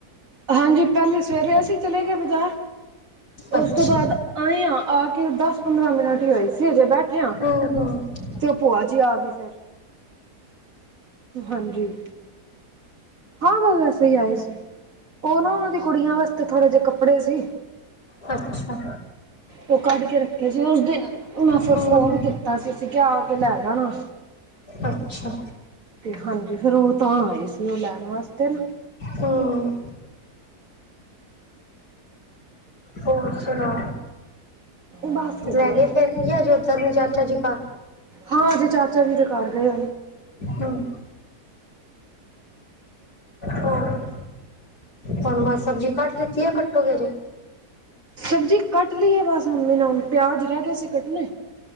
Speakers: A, on the right; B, on the left.
A: ਹਾਂਜੀ ਪਹਿਲੇ ਸਵੇਰੇ ਅਸੀਂ ਚਲੇ ਗਏ ਬਾਜ਼ਾਰ
B: ਅੱਛਾ
A: ਉਸ ਤੋਂ ਬਾਅਦ ਆਏਂ ਹ ਆ ਕੇ ਦਸ ਪੰਦਰਾਂ ਮਿੰਟ ਹੀ ਹੋਏ ਸੀ ਹਜੇ ਬੈਠੇ ਹ
B: ਹਮ ਹਮ
A: ਤੇ ਉਹ ਭੂਆ ਜੀ ਆ ਗ ਫਿਰ ਹਾਂਜੀ। ਹਾਂ ਬਸ ਵੈਸੇ ਹੀ ਆਏ ਸੀ ਉਹ ਨਾ ਉਹਨਾਂ ਦੀ ਕੁੜੀਆਂ ਵਾਸਤੇ ਥੋੜੇ ਜਿਹੇ ਕੱਪੜੇ ਸੀ।
B: ਅੱਛਾ
A: ਉਹ ਕੱਢ ਕੇ ਰੱਖੇ ਸੀ ਉਸ ਦਿਨ ਮੈਂ
B: ਹਮ
A: ਫਿਰ ਫੋਨ
B: ਹਮ
A: ਕੀਤਾ। ਤਾਂਸੀਸੀ ਕਿਹਾ ਆ ਕੇ ਲੈ ਜਾਣਾ।
B: ਅੱਛਾ
A: ਤੇ ਹਾਂਜੀ ਫੇਿਰ ਉਹ ਤਾਂ ਆਏ ਸੀ ਉਹ ਲੈਣ ਵਾਸਤੇ ਨਾ
B: ਹਮ ਹੋਰ ਚਲੋ
A: ਬਸ ਵਧੀਆ
B: ਲੈ ਗਏ
A: ਜੀ
B: ਫੇਰ ਕੀ ਆਜੇ ਉਓਧਰ ਨੂੰ ਚਾਚਾ ਜੀ ਘਰ
A: ਹਾਂ ਜੇ ਚਾਚਾ ਜੀ ਦੇ ਘਰ ਗਏ।
B: ਹਮ ਹੋਰ ਹੁਣ ਬਸ ਸਬਜ਼ੀ ਕੱਟ ਲਿੱਤੀ ਆ ਕੱਟੋ ਕੇ ਜੇ
A: ਸਬਜ਼ੀ ਕੱਟ ਲਈ ਹੈ ਬਸ ਮੰਮੀ ਨ ਪਿਆਜ ਰਹਿ ਗਏ ਸੀ ਕੱਟਣੇ।